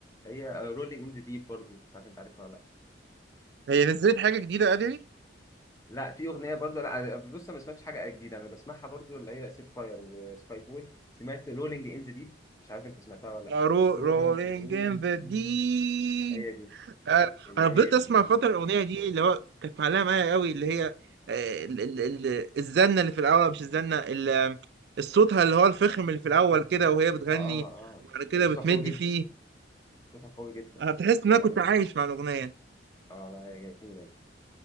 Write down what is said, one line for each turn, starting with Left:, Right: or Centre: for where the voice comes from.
Left: هي رولينج ان ذا ديب برضه مش عارف انت عارفها ولا لا
Right: هي نزلت حاجه جديده ادلي
Left: لا في اغنية برضه لا آه، بص أنا ما سمعتش حاجة جديدة انا بسمعها برضه اللي هي ست فاير وسبايك وول سمعت رولينج ان ذا ديب مش عارف انت سمعتها ولا لا
Right: آه، رو...
Left: رولينج
Right: rolling in the
Left: ان
Right: deep
Left: هي دي
Right: آه،
Left: جميلة
Right: انا فضلت اسمع
Left: جميلة
Right: فتره الاغنيه دي اللي هو كانت معلقه معايا قوي اللي هي آه، ال- ال- ال- الزنه اللي في الاول مش الزنه ال- الصوتها اللي هو الفخم اللي في الاول كده وهي بتغني
Left: اه اه
Right: وبعد كده
Left: هي صوتها
Right: بتمد
Left: قوي
Right: فيه
Left: جدا صوتها قوي جدا
Right: انا بتحس
Left: صوتها
Right: ان انا
Left: جميل
Right: كنت عايش
Left: جدا
Right: مع الاغنيه
Left: اه لا هي جميلة